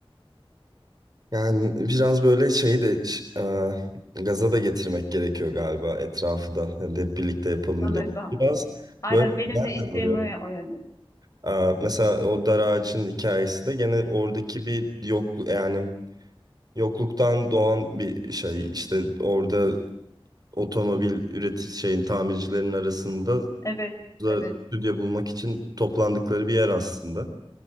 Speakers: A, on the right; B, on the left.
A: Yani biraz böyle şeyi de ş- e, gaza da getirmek gerekiyor galiba etrafı da. Hani hep birlikte yapalım
B: Sanırım.
A: diye. Biraz
B: Aynen
A: böyle
B: benim
A: güzel
B: de isteğim
A: de oluyor.
B: o, o yönde.
A: Aa, Mesela o dar ağacın hikayesi de gene oradaki bir yokluk yani yokluktan doğan bir şey işte orada otomobil üretici şeyin tamircilerin arasında
B: Evet,
A: da
B: evet.
A: stüdyo bulmak için toplandıkları bir yer aslında.